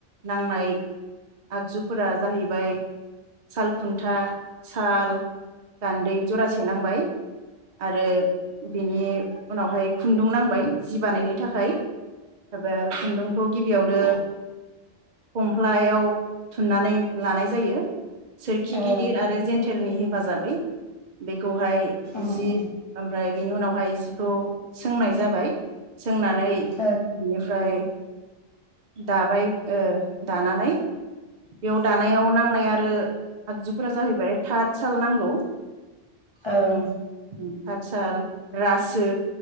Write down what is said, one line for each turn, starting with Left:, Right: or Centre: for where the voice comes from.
Right: नांनाय आगजुफोरा जाहैबाय साल खुन्था साल गान्दै जरा से नांबाय। आरो बिनि उनावहाय खुन्दुं नांबाय जि बानायनो थाखाय <unintelligible> खुन्दुं खौ गिबियावनो फमफ्लायाव थुननानै लानाय जायो। सोरखि गि
Left: ओं
Right: दिर आरो जेन्थेरनि हेफाजाबै बे खौहाय
Left: उम
Right: जि
Left: उम
Right: ओमफ्राय बेनि उनावहाय जिखौ सोंनाय जाबाय सोंनानै
Left: ओं
Right: बिनिफ्राय दाबाय ओ दानानै बेयाव दानायाव नांनाय आरो आगजु फोरा जाहैबाय थाथसाल नांगौ।
Left: ओं
Right: ओम ओम ताथसाल, रासो,